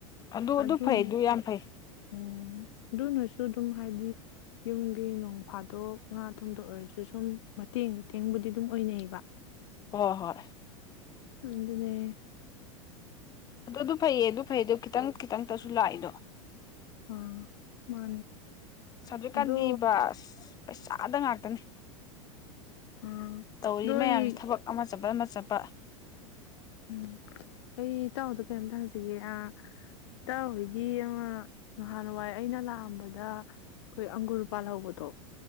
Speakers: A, on the left (about 20°); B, on the left (about 55°).
A: ꯑꯗꯨ
B: ꯑꯗꯨꯅ
A: ꯑꯗꯨ ꯐꯩ ꯑꯗꯨ ꯌꯥꯝ ꯐꯩ
B: ꯎꯝ ꯑꯗꯨꯅꯁꯨ ꯑꯗꯨꯝ ꯍꯥꯏꯗꯤ ꯌꯨꯝꯒꯤ ꯅꯣꯡ ꯐꯥꯗꯣꯛ ꯉꯥ ꯊꯝꯗ ꯑꯣꯏꯔꯁꯨ ꯁꯨꯝ ꯃꯇꯦꯡ ꯃꯇꯦꯡꯕꯨꯗꯤ ꯑꯗꯨꯝ ꯑꯣꯏꯅꯩꯌꯦꯕ
A: ꯍ ꯍꯣꯏ
B: ꯑꯗꯨꯗꯨꯅꯦ
A: ꯑꯗꯨ ꯑꯗꯨ ꯐꯩꯌꯦ ꯑꯗꯨ ꯐꯩꯗꯣ ꯈꯤꯇꯪ ꯈꯤꯇꯪꯇꯁꯨ ꯂꯥꯛꯏꯗꯣ
B: ꯑꯥ ꯃꯥꯅꯦ
A: ꯁꯗꯨꯀꯥꯟꯗꯤꯤꯕꯥꯁ
B: ꯑꯗꯣ
A: ꯄꯩꯁꯥꯗ ꯉꯥꯛꯇꯅꯤ
B: ꯎꯝ
A: ꯇꯧꯔꯤ
B: ꯅꯣꯏ
A: ꯃꯌꯥꯝꯁꯦ ꯊꯕꯛ ꯑꯃ ꯆꯠꯄ ꯆꯄ
B: ꯎꯝ ꯑꯩ ꯏꯇꯥꯎꯗꯣ ꯀꯩꯝꯇ ꯍꯪꯖꯒꯦ ꯑ ꯏꯇꯥꯎꯣꯏꯒꯤ ꯑꯃꯍꯥꯟꯋꯥꯏ ꯑꯩꯅ ꯂꯥꯛꯑꯝꯕꯗ ꯑꯩꯈꯣꯏ ꯑꯪꯒꯨꯔ ꯄꯥꯜꯍꯧꯕꯗꯣ